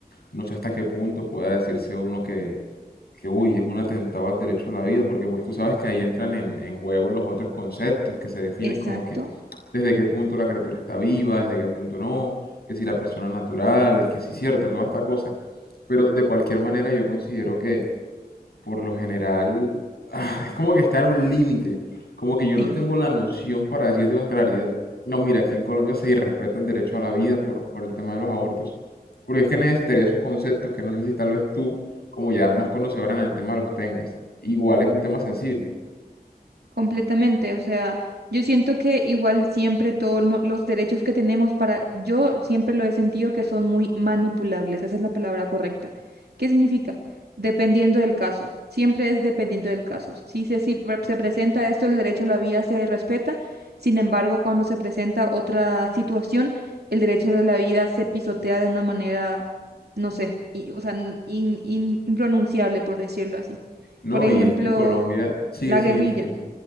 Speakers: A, on the left; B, on the right.
A: No sé hasta qué punto pueda decirse uno que, que, uy, es un atentado al derecho a la vida, porque pues tú sabes que ahí entran en, en juego los otros conceptos que se definen
B: Exacto.
A: como que desde qué punto la criatura está viva, desde qué punto no, que si la persona es natural, que si cierto, toda esta cosa. Pero de cualquier manera yo considero por lo general, ah, es como que está en un límite. Como que yo
B: Sí.
A: no tengo la noción para decirte con claridad. No, mira, aquí en Colombia se irrespeta el derecho a la vida por, por el tema de los abortos. Porque es que necesitaría esos conceptos que no sé si tal vez tú, como ya más conocedora en el tema, los tengas. Igual es un tema sensible.
B: Completamente, o sea, yo siento que igual siempre todos los derechos que tenemos para, yo siempre lo he sentido que son muy manipulables, esa es la palabra correcta. ¿Qué significa? Dependiendo del caso, siempre es dependiendo del caso. Si se, si pre- se presenta esto, el derecho a la vida se respeta, sin embargo, cuando se presenta otra situación, el derecho de la vida se pisotea de una manera, no sé, y, o sea, in- in- impronunciable, por decirlo así.
A: No,
B: Por ejemplo,
A: y es que en Colombia... Sigue,
B: la
A: sigue,
B: guerrilla
A: sigue.